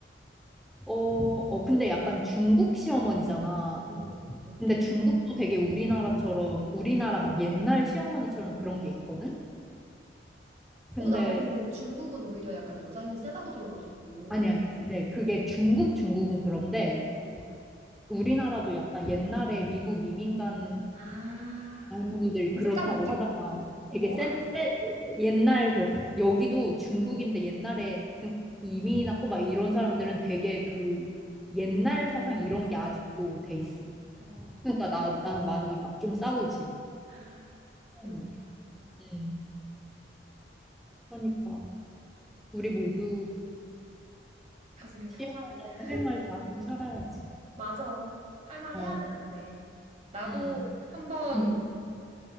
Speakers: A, in the centre; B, on the right.
A: 어, 어, 근데 약간 중국 시어머니잖아.
B: 응. 어때?
A: 근데 중국도 되게 우리나라처럼 우리나라 막 옛날 시어머니처럼 그런 게 있거든. 근데
B: 어, 나는 근데 중국은 오히려 약간 여자 힘이 세다고 들어가지고.
A: 아니 아니. 근데 그게 중국 중국은 그런데
B: 어.
A: 우리나라도 약간 옛날에 미국 이민간
B: 아,
A: 할머니들이
B: 이제
A: 그렇다고
B: 딱 느낌
A: 하다가
B: 온다. 어.
A: 되게 센, 센 옛날 그 여기도 중국인데 옛날에 이민 왔고 막 이런 사람들은 되게 그 옛날 사상 이런 게 아직도 돼 있어.
B: 어,
A: 그러니까 나 나는 많이 막 좀 싸우지.
B: <gasps> 그렇구나.
A: 할머니. 음. 그러니까 우리 모두
B: 가정의
A: 시어머니한테
B: 평화를. <laughs>
A: 할 말 다 하고 살아야지.
B: 맞아. 할 말
A: 어.
B: 해야 돼 근데. 나도
A: 음.
B: 한 번
A: 음.